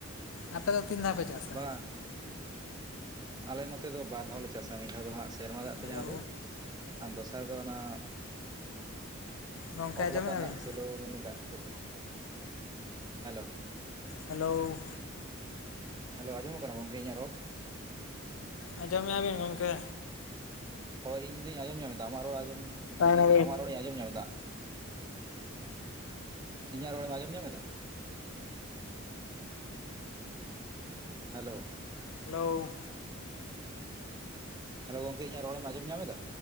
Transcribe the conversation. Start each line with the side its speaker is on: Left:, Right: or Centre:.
Left: ᱟᱯᱮ ᱫᱚ ᱛᱤᱱ
Right: ᱦᱮᱸ
Left: ᱫᱷᱟᱹᱣ ᱯᱮ ᱪᱟᱥᱟ?
Right: ᱵᱟᱝ ᱟᱞᱮ ᱱᱚᱛᱮ ᱫᱚ ᱵᱟᱨ ᱫᱷᱟᱹᱣ ᱞᱮ ᱪᱟᱥᱟ ᱢᱤᱫ ᱫᱷᱟᱹᱣ ᱫᱚ ᱦᱟᱸᱜ ᱥᱮᱨᱢᱟ ᱫᱟᱜ ᱛᱮ,
Left: ᱦᱮᱞᱳ
Right: ᱡᱟᱦᱟᱸ ᱫᱚ᱾ ᱟᱨ ᱫᱚᱥᱟᱨ ᱫᱚ ᱚᱱᱟ
Left: ᱜᱚᱝᱠᱮ
Right: ᱚᱛ
Left: ᱟᱸᱡᱚᱢᱮᱫᱼᱟ
Right: ᱞᱟᱛᱟᱨ ᱨᱮᱱᱟᱜ
Left: ᱵᱤᱱ
Right: ᱥᱮᱞᱳ ᱢᱤᱱᱤ ᱫᱟᱜ ᱠᱚᱛᱮ᱾ ᱦᱮᱞᱳ᱾
Left: ᱦᱮᱞᱳ?
Right: ᱦᱮᱞᱳ, ᱟᱸᱡᱚᱢᱚ-ᱜ ᱠᱟᱱᱟ᱾ ᱜᱚᱝᱠᱮ ᱤᱧᱟᱹᱜ ᱨᱚᱲ?
Left: ᱟᱸᱡᱚᱢᱮᱜᱼᱟ ᱵᱤᱱ ᱜᱚᱝᱠᱮ?
Right: ᱦᱳᱭ, ᱤᱧᱫᱩᱧ ᱟᱸᱡᱚᱢ ᱧᱟᱢᱮᱫᱟ ᱾ ᱟᱢᱟᱜ ᱨᱚᱲ ᱟᱸᱡᱚᱢ
Left: ᱦᱮᱞᱳ
Right: ᱤᱧ ᱟᱢᱟᱜ ᱨᱚᱲᱤᱧ ᱟᱸᱡᱚᱢ ᱧᱟᱢᱫᱟ ᱾ ᱤᱧᱟᱹᱜ ᱨᱚᱲᱮᱢ, ᱟᱸᱡᱚᱢ ᱧᱟᱢᱮᱫᱟ? ᱦᱮᱞᱳ?
Left: ᱦᱮᱞᱳ!
Right: ᱦᱮᱞᱳ, ᱜᱚᱝᱠᱮ ᱤᱧᱼᱟᱹᱜ ᱨᱚᱲᱮᱢ ᱟᱸᱡᱚᱢ ᱧᱟᱢᱮᱫᱟ?